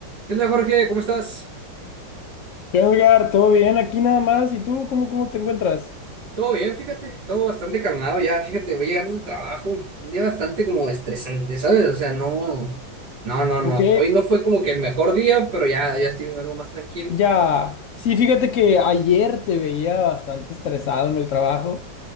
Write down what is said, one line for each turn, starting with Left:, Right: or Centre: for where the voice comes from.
Right: ¿Qué onda, Jorge? ¿Cómo estás?
Left: ¿Qué onda, Edgar? ¿Todo bien? Aquí nada más. ¿Y tú cómo, cómo te encuentras?
Right: Todo bien, fíjate, todo bastante calmado ya, fíjate, voy llegando al trabajo, un día bastante como estresante, ¿sabes? O sea, no, no, no, no,
Left: Ok,
Right: hoy no fue como que el mejor día, pero ya, ya estoy algo más tranquilo.
Left: ya. Sí, fíjate que ayer te veía bastante estresado en el trabajo.